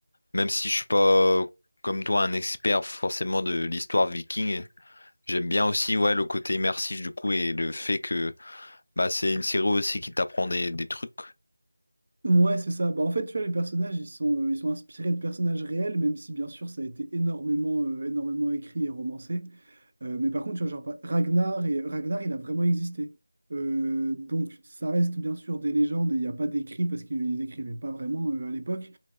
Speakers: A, on the left (about 55°); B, on the right (about 35°).
A: Même si je suis pas, euh, comme toi, un expert forcément de l'histoire viking, j'aime bien aussi ouais, le côté immersif du coup et le fait que bah, c'est une série aussi qui t'apprend des, des trucs.
B: Ouais, c'est ça. Bah, en fait, tu vois, les personnages, ils sont, euh, ils sont inspirés de personnages réels, même si, bien sûr, ça a été énormément, euh, énormément écrit et romancé. Euh, mais par contre, tu vois, genre, bah, Ragnar, et, Ragnar, il a vraiment existé. Euh, donc, ça reste, bien sûr, des légendes, et il n'y a pas d'écrit, parce qu'ils écrivaient pas vraiment euh, à l'époque.